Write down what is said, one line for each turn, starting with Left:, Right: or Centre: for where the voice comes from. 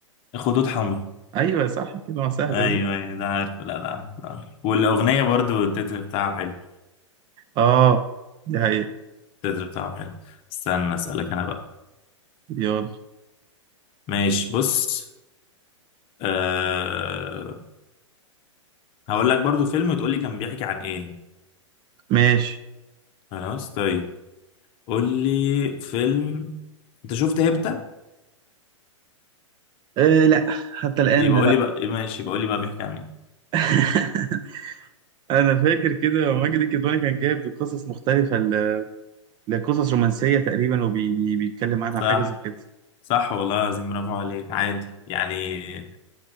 Left: خطوط حمراء
Right: ايوه صح كده ما سهل
Left: ايوه
Right: ده
Left: ايوه ده عارف لا ده عارف ده عارف. والاغنيه برضو التتر بتاعه حلو
Right: اه دي حقيقة
Left: التتر بتاعه حلو استنى اسالك انا بقى
Right: يلا
Left: ماشي بص أه... هقول لك برضو فيلم وتقول لي كان بيحكي عن ايه
Right: ماشي
Left: خلاص طيب قول لي فيلم انت شفت هيبتا
Right: أه لا حتى الآن
Left: يبقى قول لي بقى إيه ماشي يبقى قول لي بقى بيحكي عن ايه
Right: <laughs> انا فاكر كده ماجد الكدواني كان جايب قصص مختلفه ل- لقصص رومانسيه تقريبا وبيتكلم عنها
Left: صح
Right: حاجه زي كده
Left: صح والله العظيم برافو عليك عادي يعني